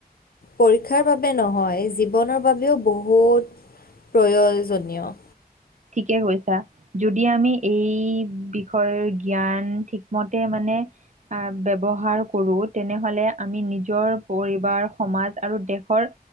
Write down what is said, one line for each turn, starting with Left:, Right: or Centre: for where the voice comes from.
Left: পৰীক্ষাৰ বাবে নহয়, জীৱনৰ বাবেও বহুত প্ৰয়জনীয়।
Right: ঠিকেই কৈছা। যদি আমি এই বিষয়ৰ জ্ঞান ঠিকমতে মানে আহ ব্যৱহাৰ কৰো, তেনেহলে আমি নিজৰ পৰিবাৰ সমাজ আৰু দেশৰ